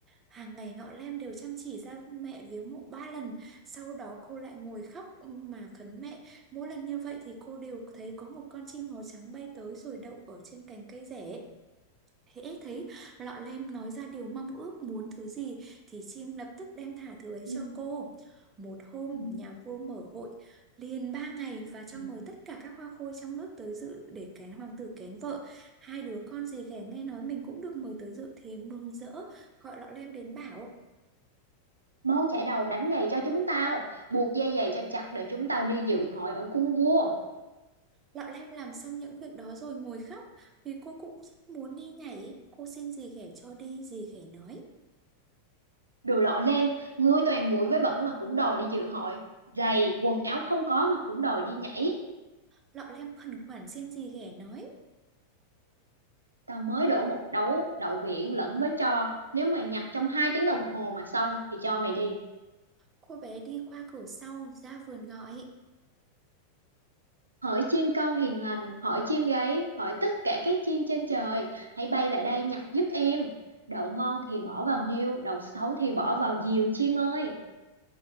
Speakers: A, on the right; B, on the right.
A: Hàng ngày nọ Lem đều chăm chỉ ra mẹ viếng mộ ba lần, sau đó cô lại ngồi khóc mà khấn mẹ. Mỗi lần như vậy thì cô đều thấy có một con chim màu trắng bay tới rồi đậu ở trên cành cây rẻ. Hễ thấy lọ lem nói ra điều mong ước muốn thứ gì thì chim lập tức đem thả thứ ấy
B: Ừ.
A: cho cô. Một hôm
B: Ừ.
A: nhà vua mở hội liền ba ngày và cho
B: Ừ.
A: mời tất cả các hoa khôi trong nước tới dự để kén hoàng tử kén vợ. Hai đứa con dì ghẻ nghe nói mình cũng được mời tới dự thì mừng rỡ gọi lọ lem đến bảo.
B: Máu chảy đầu đánh giày cho chúng tao, buộc dây giày cho chặt để chúng tao đi dự hội ở cung vua.
A: Lọ lem làm xong những việc đó rồi ngồi khóc vì cô cũng rất muốn đi nhảy. Cô xin dì ghẻ cho đi, dì ghẻ nói.
B: Đồ lọ lem, ngươi toàn bụi với bẩn mà cũng đòi đi dự hội. Giày, quần áo không có mà cũng đòi đi nhảy.
A: Lọ lem khẩn khoản xin dì ghẻ nói.
B: Tao mới đổ một đấu đậu biển lẫn với tro. Nếu mày nhặt trong hai tiếng đồng hồ mà xong thì cho mày đi.
A: Cô bé đi qua cửa sau ra vườn gọi.
B: Hỡi chim câu hiền lành, hỡi chim gáy, hỡi tất cả các chim trên trời, hãy bay lại đây nhặt giúp em. Đậu ngon thì bỏ vào niêu, đậu xấu thì bỏ vào diều chim ơi.